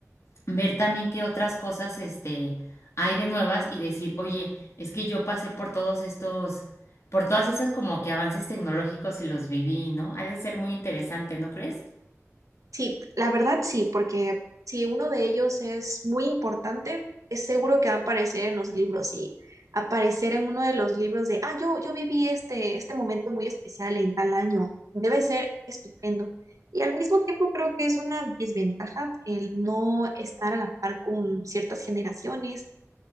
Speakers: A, on the left (about 60°); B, on the right (about 85°).
A: ver también qué otras cosas este, hay de nuevas y decir, oye, es que yo pasé por todos estos, por todas esas como que avances tecnológicos y los viví, ¿no? Ha de ser muy interesante, ¿no crees?
B: Sí, la verdad sí, porque si uno de ellos es muy importante, es seguro que va a aparecer en los libros y aparecer en uno de los libros de, ah, yo, yo viví este, este momento muy especial en tal año, debe ser estupendo. Y al mismo tiempo creo que es una desventaja el no estar a la par con ciertas generaciones